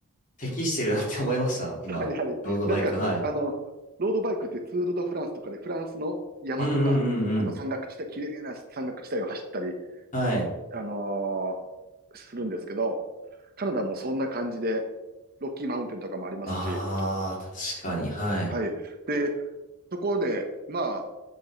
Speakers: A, on the left; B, on the right.
A: 適してるなって思いました。今、
B: はいはい。
A: ロードバイク。
B: なんか、
A: はい。
B: あの、ロードバイクってツール・ド・フランスとかで、フランスの山とか、
A: うんうんうんうん。
B: あの山岳地帯、綺麗な山岳地帯を走ったり
A: はい。
B: あのーするんですけど、カナダもそんな感じで、ロッキーマウンテンとかもありますし、
A: ああ、確かに。はい。
B: はい。で、そこで、まあ、